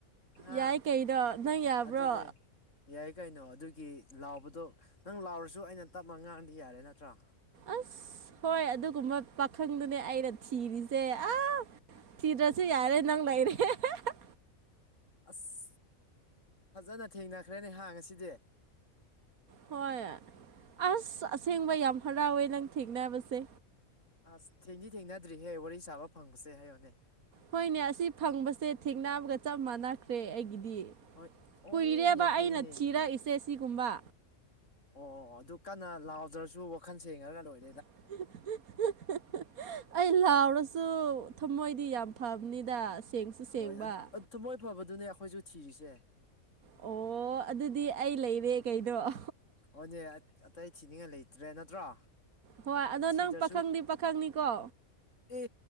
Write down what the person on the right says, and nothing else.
ꯌꯥꯏ ꯀꯩꯩꯅꯣ ꯅꯪ ꯌꯥꯕ꯭ꯔꯣ
ꯑꯁ ꯍꯣꯏ ꯑꯗꯨꯒꯨꯝꯕ ꯄꯥꯈꯪꯗꯨꯅꯦ ꯑꯩꯅ ꯊꯤꯔꯤꯁꯦ ꯑꯥ ꯊꯤꯗꯔꯁꯨ ꯌꯥꯔꯦ ꯅꯪ ꯂꯩꯔꯦ ꯍꯥꯍꯥ
ꯍꯣꯏ ꯑꯁ ꯑꯁꯦꯡꯕ ꯌꯥꯝ ꯍꯔꯥꯎꯋꯦ ꯅꯪ ꯊꯦꯡꯅꯕꯁꯦ
ꯍꯣꯏꯅꯦ ꯑꯁꯤ ꯐꯪꯕꯁꯦ ꯊꯦꯡꯅꯕꯒ ꯆꯞ ꯃꯥꯟꯅꯈ꯭ꯔꯦ ꯑꯩꯒꯤꯗꯤ
ꯀꯨꯏꯔꯦꯕ
ꯑꯩꯅ
ꯊꯤꯔꯛꯏꯁꯦ ꯁꯤꯒꯨꯝꯕ
<unintelligible> ꯑꯩ ꯂꯥꯎꯔꯁꯨ ꯊꯝꯃꯣꯏꯗꯤ ꯌꯥꯝ ꯐꯕꯅꯤꯗ ꯁꯦꯡꯁꯨ ꯁꯦꯡꯕ
ꯑꯣ ꯑꯗꯨꯗꯤ ꯑꯩ ꯂꯩꯔꯦ ꯀꯩꯅꯣ
ꯍꯣꯏ ꯑꯗꯣ
ꯅꯪ ꯄꯥꯈꯪꯗꯤ ꯄꯥꯈꯪꯅꯤꯀꯣ